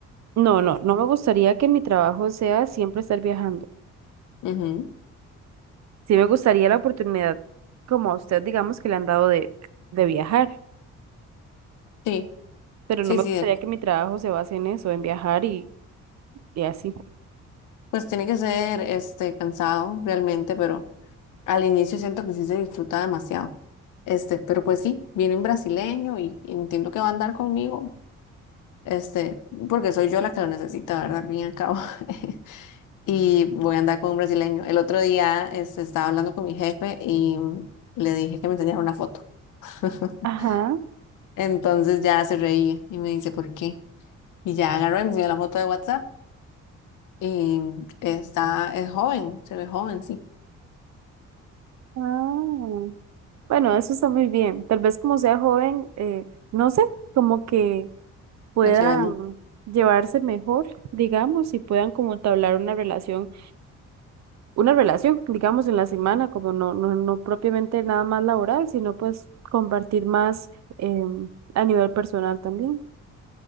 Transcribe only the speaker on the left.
Ujú,
Sí,
sí,
sí,
de-
pues tiene que ser, este, cansado realmente, pero al inicio siento que sí se disfruta demasiado. Este, pero pues sí, viene un brasileño y y entiendo que va a andar conmigo. Este, porque soy yo la que lo necesita, ¿verdad? Al fin y al cabo. <laughs> Y voy a andar con un brasileño. El otro día, este, estaba hablando con mi jefe y le dije que me enseñara una foto. <laughs>
Entonces ya se reía y me dice, ¿por qué? Y ya agarró y me enseñó la foto de WhatsApp y está, es joven, se ve joven, sí.
Lo llevé,